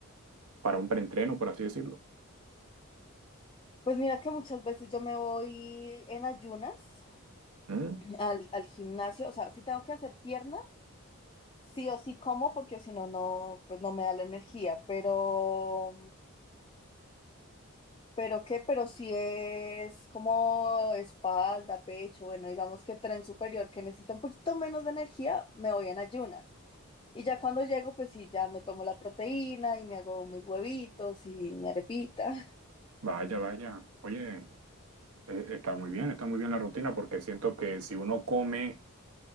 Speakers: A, on the right; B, on the left.
A: para un preentreno, por así decirlo.
B: Pues mira que muchas veces yo me voy en ayunas
A: Mm,
B: al, al gimnasio, o sea, si tengo que hacer pierna, sí o sí como porque si no, no, pues no me da la energía, pero, pero qué, pero si es como espalda, pecho, bueno, digamos que tren superior que necesita un poquito menos de energía, me voy en ayunas. Y ya cuando llego, pues sí, ya me tomo la proteína y me hago mis huevitos y mi arepita.
A: vaya, vaya. Oye, eh, está muy bien, está muy bien la rutina porque siento que si uno come,